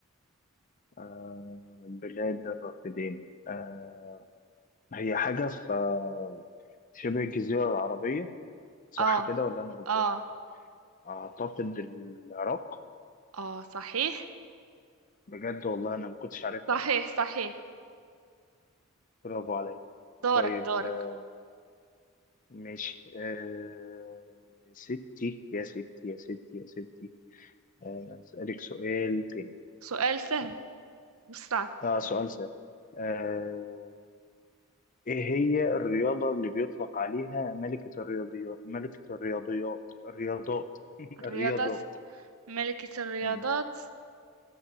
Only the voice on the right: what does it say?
اه
اه
اه صحيح
صحيح
صحيح
دورك
دورك
سؤال سهل
مش صعب
الرياضات
ملكة الرياضات